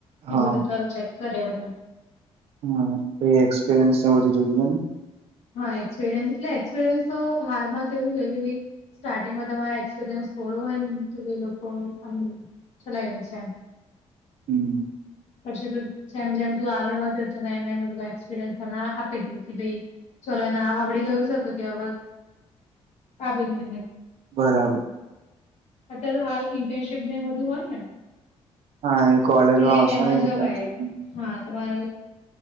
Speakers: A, on the left; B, on the right.
A: એ
B: હા
A: બધું તારું ચેક કરે મને
B: હ જોયને
A: હા એક્સપિરયન્સ એટલે એક્સપિરિયન્સ તો હાલમાં તો એવું છે કે ભાઈ સ્ટાર્ટિંગમાં તમારે એક્સપિરિયન્સ થોડું હોય ને તો એ લોકો આમ ચલાય જશે એમ
B: હમ
A: પછી ત જેમ જેમ તું આગળ વધ બધ એક્સપિરયન્સ આપી દ ચલોને આવડી ગયું છે તોું કે આ આપી દું
B: બરાબર
A: અત્યારે તો હાલ ઇન્ટર્નશીપ ને બધું હોય ને
B: હા કોલેજ
A: એટલે
B: માં આવશે
A: એમાં
B: ને
A: જવાય
B: ઇન્ટર્નશીપ.
A: હા તમાર